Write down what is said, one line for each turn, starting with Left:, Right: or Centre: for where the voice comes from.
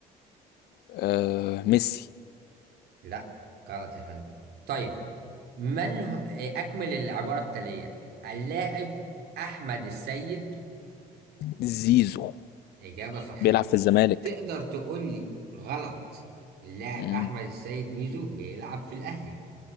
Left: آه ميسي
Right: لا غلط يا فندم طيب من هو آه، أكمل العبارة التالية اللاعب أحمد السيد
Left: زيزو
Right: إجابة صحيحة
Left: بيلعب في الزمالك
Right: تقدر تقول لي غلط اللاعب
Left: مم.
Right: أحمد السيد ميزو بيلعب في الأهلي